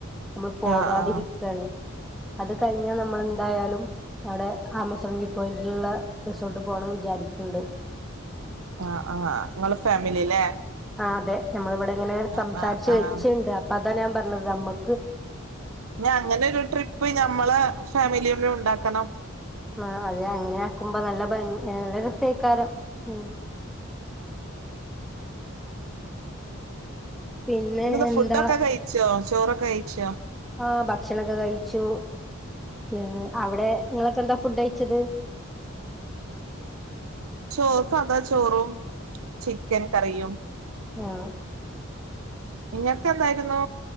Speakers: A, in the centre; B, on the right.
A: നമ്മൾ പോകാതിരിക്കയാണ്
B: ആഹ് ആഹ്
A: അത് കഴിഞ്ഞൽ നമ്മൾ എന്തായാലും അവിടെ ആമസോൺ വ്യൂ പോയിന്റിലുള്ള റിസോർട്ട് പോണം വിചാരിക്കണ്ട്
B: ആഹ് ആഹ നിങ്ങള് ഫാമിലില്ലേ
A: ആ അതെ നമ്മള ഇവിടെ ഇങ്ങനെ
B: ആഹ്
A: സംസാരിച്ച്
B: ആഹ് ആഹ്
A: വെച്ചുണ്ട് അപ്പൊ അതാ ഞാൻ പറഞ്ഞത് നമ്മുക്ക്
B: ഞ അങ്ങനെരു ട്രിപ്പ് ഞമ്മളെ ഫാമിലിയിലും ഉണ്ടാക്കണം
A: ആ അത് അങ്ങനെ ആക്കുമ്പോ നല്ല ഭംഗ നല്ല രസേക്കാരം ഉ പിന്നെ
B: എന്നന്താ
A: എന്താ
B: ഫുഡൊക്കെ കഴിച്ചോ ചോറൊക്കെ കഴിച്ചോ
A: ആ ഭക്ഷണൊക്കെ കഴിച്ചു ഉം അവിടെ ങ്ങളൊക്കെന്താ ഫുഡ് കഴിച്ചത്
B: ചോ സാധാ ചോറും ചിക്കൻ കറിയും
A: ആഹ
B: ഇന്നത്തെഎന്തായിരുന്നു